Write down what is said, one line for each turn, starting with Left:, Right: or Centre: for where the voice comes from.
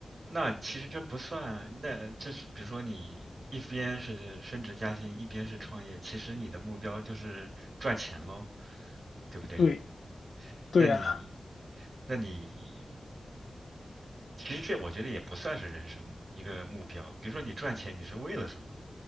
Right: 那其实这不算，那这是比如说你一边是升职加薪，一边是创业，其实你的目标就是赚钱喽，对不对？
Left: 对对呀，
Right: 那你那你其实这我觉得也不算是人生一个目标。比如说你赚钱，你是为了什么，